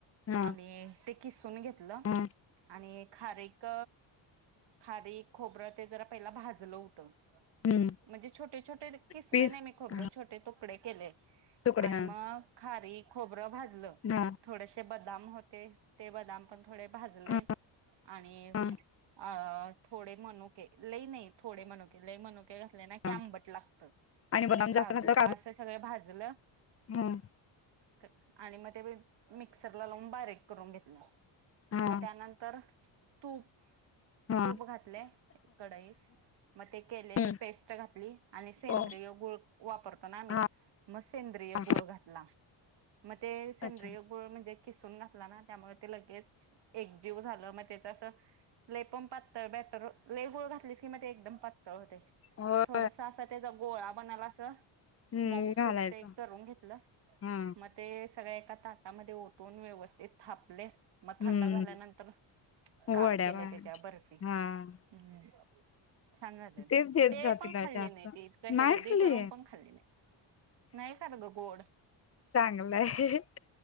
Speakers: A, on the left; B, on the right.
A: हा
B: आणि किसून घेतलं
A: हा
B: आणि खारीक खारीक, खोबरं ते जरा पहिला भाजलं होतं.
A: हम्म
B: म्हणजे छोटे, छोटे किसले
A: पीस
B: नाही मी खोबरं
A: हा
B: छोटे तुकडे केले
A: तुकडे
B: आणि
A: हा
B: म खारीक, खोबरं भाजलं,
A: हा
B: थोडेसे बदाम होते, ते बदाम पण थोडे भाजले,
A: हा
B: आणि
A: हा
B: अ थोडे मनुके लई नई. थोडे मनुके लई मनुके घात ले ना की
A: हा
B: आंबट लागत,
A: बदाम
B: आणि
A: जास्त
B: काजू
A: घातलं
B: असं सगळ भाजलं.
A: हं,
B: क आणि म ते मी मिक्सरला लावून बारीक करून घेतल.
A: हा
B: म त्यानंतर तूप.
A: हा
B: तूप घातले कडईत, मग ते केलेली
A: हम्म
B: पेस्ट घातली, आणि सेंद्रिय
A: हो
B: गुळ वापरतो ना आम्ही,
A: हा
B: म सेंद्रिय
A: हा.
B: गुळ घातला. म ते सेंद्रिय
A: अच्छा
B: गुळ म्हणजे कीसून घातला ना, त्यामुळ ते लगेच एकजीव झालं, म त्याच अस लई पण पातळ बॅटर लई गूळ घातलीस की म ते एकदम पातळ होतय.
A: हो!
B: थोडस असा त्याचा गोळा बनल असं.
A: हम्म
B: मऊ
A: घालायचं
B: सूत ते करून घेतलं
A: हा
B: म ते सगळ एका ताटामध्ये ओतून, व्यवस्थित थापले. म
A: हम्म
B: थंड झाल्यानंतर काप
A: वड्या
B: केले
A: बाया
B: त्याच्या बर्फी.
A: हा
B: हूं हूं छान झाले ना.
A: तेच देत
B: ते
A: जा
B: पण
A: तिला
B: खाल्ली
A: जास्त
B: नाही, ती इतकं हेल्दी
A: नाही खाल्ली
B: करून पण खाल्ली नाही, नाही खात ग गोड.
A: चांगलंय